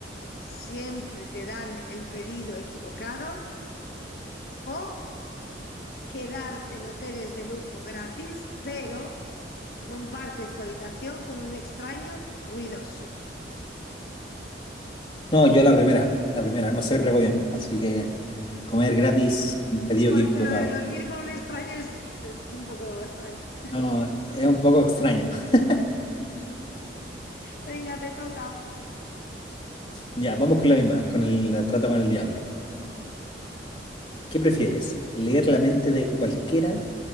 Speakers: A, on the left (about 55°); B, on the left (about 25°).
A: siempre te dan el pedido equivocado? ¿O quedarte en hoteles de lujo gratis, pero compartes tu habitación con un extraño ruidoso.
B: No, yo la primera, la primera, no soy regodión. Así que comer gratis, un pedido
A: Porque
B: equivocado.
A: lo de dormir con un extraño es, es un poco extraño.
B: No, es un poco extraño. <laughs>
A: Venga, te toca.
B: Ya, vamos con la misma, con el trato con el diablo. ¿Qué prefieres? ¿Leer la mente de cualquiera,